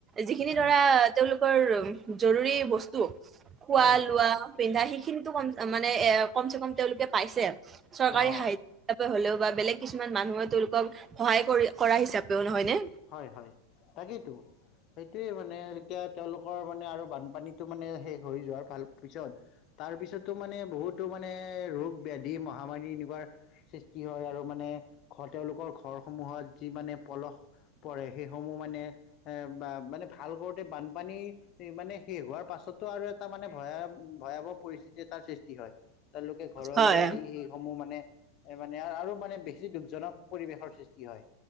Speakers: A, on the right; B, on the left.
A: যিখিনি
B: উম
A: ধৰা তেওঁলোকৰ জৰুৰী বস্তু খোৱা
B: হয় হয়
A: লোৱা পিন্ধা সেইখিনিতো মানে এ কম চে কম তেওঁলোকে পাইছে, চৰকাৰী
B: অ
A: সাহায্য হ'লেও বা বেলেগ কিছুমান মানুহে তেওঁলোকক সহায় কৰি কৰা হিচাপেও নহয় নে।
B: হয়-হয় তাকেইতো। সেইটোৱে মানে এতিয়া তেওঁলোকৰ মানে আৰু বানপানীতো মানে শেষ হৈ যোৱাৰ ভাল পিছত তাৰ পিছতো মানে বহুতো মানে ৰোগ ব্যাধি, মহামাৰী এনেকুৱা সৃষ্টি হয় আৰু মানে ঘৰ তেওঁলোকৰ ঘৰসমূহত যি মানে পলস পৰে সেইসমূহ মানে এ বা মানে ভাল কৰোঁতে বানপানী মানে শেষ হোৱাৰ পাছতো আৰু এটা মানে ভয়া ভয়াৱহ পৰিস্থিতি এটাৰ সৃষ্টি হয়। তেওঁলোকে ঘৰলৈ
A: হয়,
B: আহি সেইসমূহ মানে মানে আৰু মানে বেছি দুখজনক পৰিৱেশৰ সৃষ্টি হয়।